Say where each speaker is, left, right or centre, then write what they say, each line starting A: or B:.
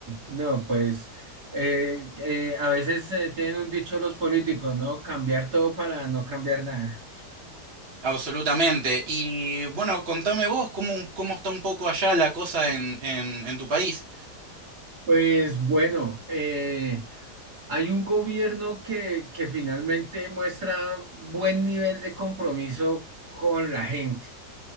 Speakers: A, on the right; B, on the right.
A: no, pues eh, eh, a veces eh, tienen un dicho los políticos, ¿no? Cambiar todo para no cambiar nada.
B: Absolutamente. Y bueno, contame vos cómo, cómo está un poco allá la cosa en, en, en tu país.
A: Pues bueno, eh, hay un gobierno que, que finalmente muestra buen nivel de compromiso con la gente.